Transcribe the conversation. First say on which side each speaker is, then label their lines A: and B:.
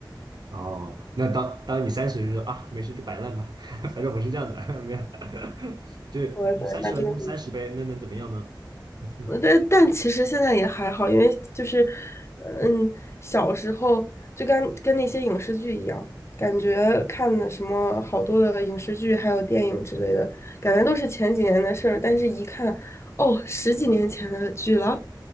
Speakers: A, on the right; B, on the left.
A: 哦，那当当你三十就说啊，没事就摆烂吧，<laughs> 反正我是这样的，<laughs> 没有，<laughs> 就是三十了那就三十呗，
B: 我的天，那真的
A: 那能怎么样呢？<laughs>
B: 呃但但其实现在也还好，因为就是，嗯，小时候就跟跟那些影视剧一样，感觉看的什么好多的影视剧，还有电影之类的，感觉都是前几年的事儿，但是一看，哦，十几年前的剧了，